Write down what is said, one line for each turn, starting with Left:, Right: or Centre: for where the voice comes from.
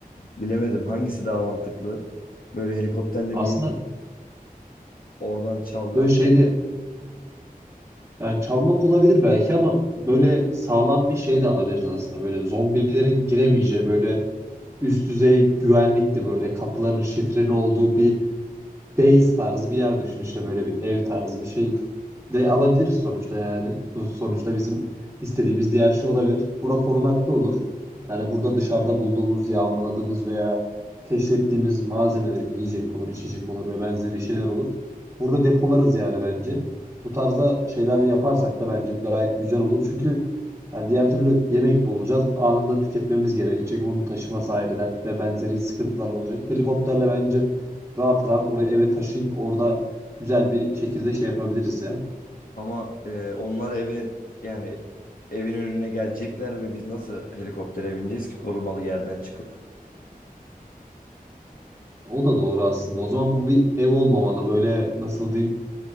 Left: bilemedim hangisi daha mantıklı? Böyle helikopterle
Right: Aslında
Left: bir oradan çalmak
Right: böyle şey de yani çalmak olabilir belki ama böyle sağlam bir şey de alabiliriz aslında. Böyle zombilerin giremeyeceği böyle üst düzey güvenlikli böyle kapıların şifreli olduğu bir base tarzı bir yer düşün işte böyle bir ev tarzı bir şey de alabiliriz sonuçta yani. Bu sonuçta bizim istediğimiz diğer şey olabilir. Bura korunaklı olur. Yani burada dışarıda bulduğumuz, yağmaladığımız veya keşfettiğimiz malzemeleri yiyecek olur, içecek olur ve benzeri şeyler olur. Burada depolarız yani bence. Bu tarzda şeyler yaparsak da bence gayet güzel olur. Çünkü yani diğer türlü yemek bulacağız. Anında tüketmemiz gerekecek. Onu taşıması ayrı dert ve benzeri sıkıntılar olacak. Helikopterle bence rahat rahat oraya eve taşıyıp orada güzel bir şekilde şey yapabiliriz ya.
Left: Ama e, onlar eve yani evin önüne gelecekler ve biz nasıl helikoptere bineceğiz ki korumalı yerden çıkıp?
Right: O da doğru aslında. O zaman bu bir ev olmamalı. Böyle nasıl diyeyim?